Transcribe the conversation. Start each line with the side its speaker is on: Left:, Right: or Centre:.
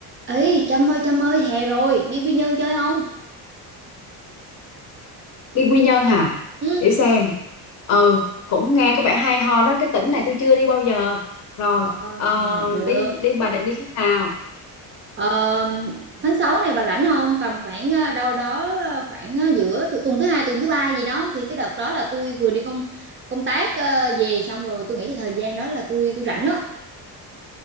Right: ấy Trâm ơi Trâm ơi hè rồi đi Quy Nhơn chơi không
Left: đi Quy Nhơn hả
Right: ừ.
Left: để xem ừ cũng nghe có vẻ hay ho đó cái tỉnh này tôi chưa đi bao giờ rồi
Right: Ờ,
Left: ờ,
Right: được
Left: đi đi Bà Định đi khi nào
Right: Ờ, tháng 6 này bà rảnh không tầm khoảng ờ, đâu đó ờ, khoảng ờ, giữa tu- tuần thứ hai tuần thứ ba gì đó thì cái đợt đó là tôi vừa đi công công tác ờ, về xong rồi tôi nghĩ là thời gian đó là tôi tôi rảnh đó